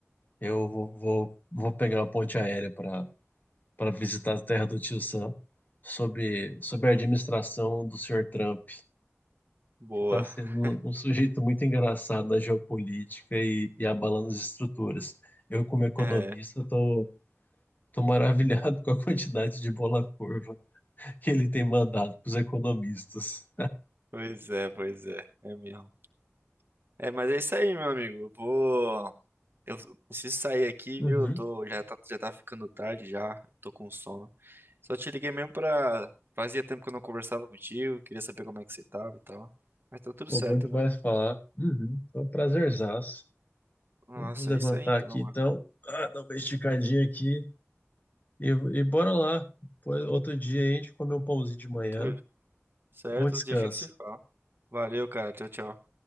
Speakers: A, on the left (about 40°); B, on the right (about 50°).
A: eu vou, vou, vou pegar uma ponte aérea para para visitar a terra do tio Sam sobre, sobre a administração do senhor Trump,
B: boa.
A: que está sendo
B: <laughs>
A: um sujeito muito engraçado na geopolítica e, e abalando as estruturas. Eu, como economista,
B: É,
A: estou tô, tô maravilhado <laughs> com a quantidade de bola curva que ele tem mandado para os economistas.
B: pois é, pois é. É mesmo. É, mas é isso aí, meu amigo. Eu Vou. Eu preciso sair aqui,
A: Uhum.
B: viu? Eu tô, já tá, já tá ficando tarde já, tô com sono. Só te liguei mesmo pra. Fazia tempo que eu não conversava contigo, queria saber como é que você tava e tal. Mas tá tudo
A: Pô,
B: certo,
A: bom demais
B: né?
A: falar. Uhum. Foi um prazerzaço.
B: Nossa,
A: Eu vou levantar
B: é isso aí então,
A: aqui
B: mano.
A: então, ah, dar uma esticadinha aqui e, e bora lá. Depois, outro dia aí a gente come um pãozinho de manhã.
B: Tudo certo,
A: Bom descanso.
B: outro dia a gente se fala. Valeu, cara. Tchau, tchau.